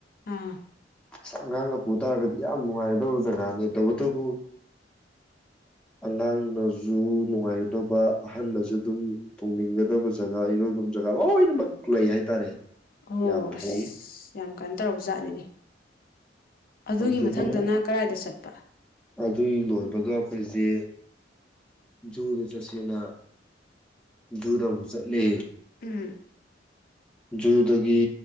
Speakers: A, on the left (about 50°); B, in the centre.
A: ꯑꯥ
B: ꯑ ꯑꯉꯥꯡꯅ ꯄꯨꯨ ꯇꯥꯔꯒꯗꯤ ꯌꯥꯝ ꯅꯨꯡꯉꯥꯏꯗꯕ ꯖꯒꯥꯅꯦ ꯇꯧꯕ ꯑꯗꯨꯕꯨ ꯑꯉꯥꯡꯅꯁꯨ ꯅꯨꯡꯉꯥꯏꯒꯗꯕ ꯑꯍꯟꯅꯁꯨ ꯑꯗꯨꯝ ꯇꯣꯡꯅꯤꯡꯒꯗꯕ ꯖꯒꯥ ꯏꯔꯣꯏꯐꯝ ꯖꯒꯥ ꯂꯣꯏꯅꯃꯛ ꯂꯩ ꯍꯥꯏꯇꯥꯔꯦ
A: ꯑꯣ
B: ꯌꯥꯝ ꯐꯩ
A: ꯌꯥꯝ ꯀꯥꯏ ꯇꯧꯔꯕ ꯖꯥꯠꯅꯤꯅꯦ ꯑꯗꯨꯒꯤ
B: ꯑꯗꯨꯗꯒꯤ
A: ꯃꯊꯪꯗꯅ
B: ꯑꯃꯨꯛ
A: ꯀꯗꯥꯏꯗ ꯆꯠꯄ
B: ꯑꯗꯨꯏ ꯂꯣꯏꯕꯒ ꯑꯩꯈꯣꯏꯁꯦ ꯖꯨꯗ ꯆꯠꯁꯦꯅ ꯖꯨꯗ ꯑꯃꯨꯛ ꯆꯠꯂꯤ
A: ꯎꯝ
B: ꯖꯨꯗꯒꯤ